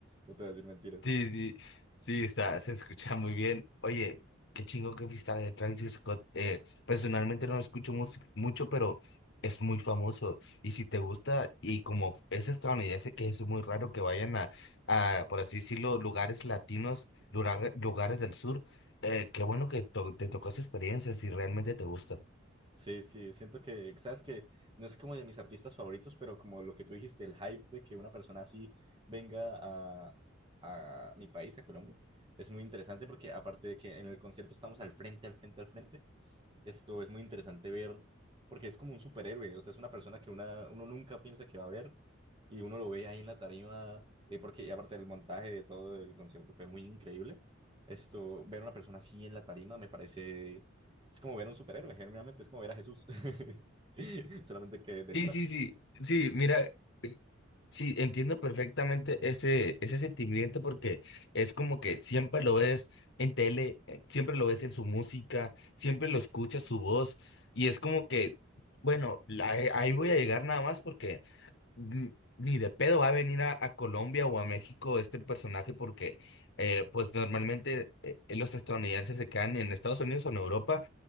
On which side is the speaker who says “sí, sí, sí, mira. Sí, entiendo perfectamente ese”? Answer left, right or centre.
Left